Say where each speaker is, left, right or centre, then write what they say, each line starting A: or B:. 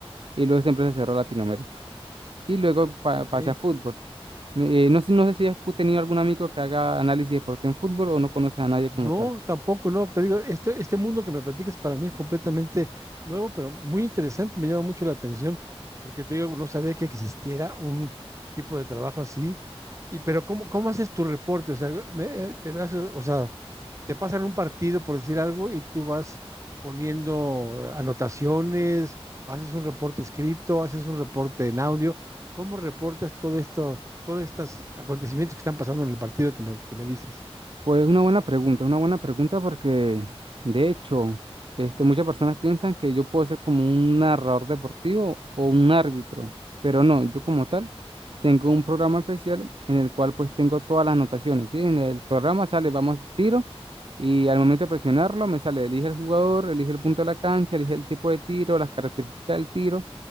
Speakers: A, on the right (about 55°); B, on the right (about 30°).
A: y luego esa empresa cerró Latinoamérica. Y luego pa-
B: Ok.
A: pasé a fútbol. Eh, no sé, no sé si has tenido algún amigo que haga análisis de deporte en fútbol o no conoces a nadie
B: No,
A: como tal.
B: tampoco, no. Te digo, este, este mundo que me platicas para mí es completamente nuevo, pero muy interesante, me llama mucho la atención, porque te digo, no sabía que existiera un tipo de trabajo así. Y, pero ¿cómo, cómo haces tu reporte? O sea, me- eh, te das, o sea, te pasan un partido por decir algo y tú vas poniendo eh, anotaciones, haces un reporte escrito, haces un reporte en audio. ¿Cómo reportas todo esto, todos estos acontecimientos que están pasando en el partido que me, que me dices?
A: Pues una buena pregunta, una buena pregunta porque, de hecho, este, muchas personas piensan que yo puedo ser como un narrador deportivo o un árbitro, pero no, yo como tal tengo un programa especial en el cual pues tengo todas las anotaciones, ¿sí? En el programa sale, vamos, tiro, y al momento de presionarlo me sale, elige el jugador, elige el punto de la cancha, elige el tipo de tiro, las características del tiro,